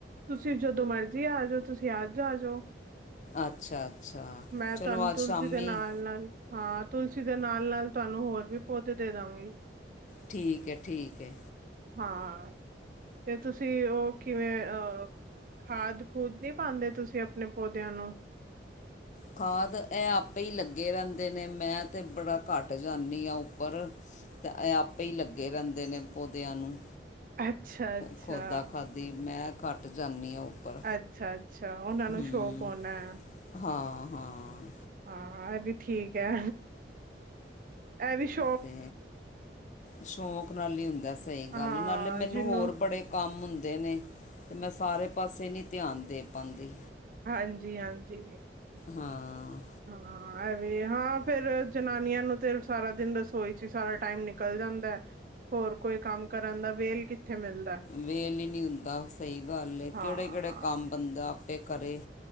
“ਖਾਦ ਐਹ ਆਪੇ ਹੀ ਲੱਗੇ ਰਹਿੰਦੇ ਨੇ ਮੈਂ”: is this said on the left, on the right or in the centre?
Left